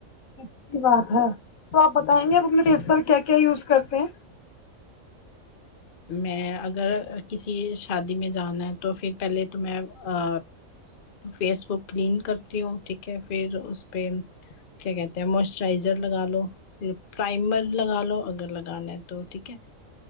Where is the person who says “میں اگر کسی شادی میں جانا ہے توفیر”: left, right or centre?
Left